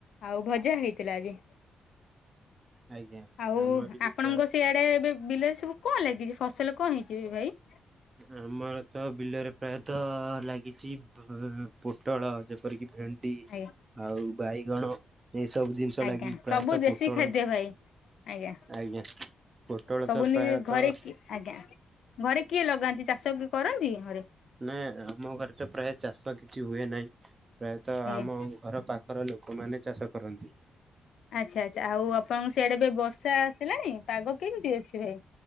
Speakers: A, on the left; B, on the right.
A: ଆଉ ଭଜା ହେଇଥିଲା ଆଜି।
B: ଆଜ୍ଞା
A: ଆଉ
B: ଆମର ବି
A: ଆପଣଙ୍କ
B: ପ୍ରାୟ
A: ସିଆଡେ ଏବେ ବିଲରେ ସବୁ କଣ ଲାଗିଚି ଫସଲ କଣ ହେଇଚି ବି ଭାଇ?
B: ଆମର ତ ବିଲରେ ପ୍ରାୟତ ଲାଗିଚି ପୋଟଳ ଯେପରିକି ଭେ ଭେଣ୍ଡି
A: ଆଜ୍ଞା।
B: ଆଉ ବାଇଗଣ ଏଇସବୁ ଜିନିଷ
A: ଆଜ୍ଞା
B: ଲାଗିଚି ପ୍ରାୟତଃ
A: ସବୁ ଦେଶୀ
B: ପୋଟଳ
A: ଖାଦ୍ୟ ଭାଇ ଆଜ୍ଞା
B: ଆଜ୍ଞା ପୋଟଳ
A: ସବୁ
B: ତ
A: ନିଜେ
B: ପ୍ରାୟତଃ
A: ଘରେ କି ଆଜ୍ଞା ଘରେ କିଏ ଲଗାନ୍ତି ଚାଷ କିଏ କରନ୍ତି ଘରେ?
B: ନାଇ ଆମ ଘରେ ତ ପ୍ରାୟ ଚାଷ କିଛି ହୁଏ ନାହିଁ ପ୍ରାୟତ
A: ଆଜ୍ଞା
B: ଆମ ଘର ପାଖର ଲୋକ କମାନେ ଚାଷ କରନ୍ତି।
A: ଆଚ୍ଛା, ଆଚ୍ଛା ଆଉ ଆପଣଙ୍କ ସିଆଡେ ଏବେ ବର୍ଷା ଆସିଲାଣି ପାଗ କେମିତି ଅଛି ଭାଇ?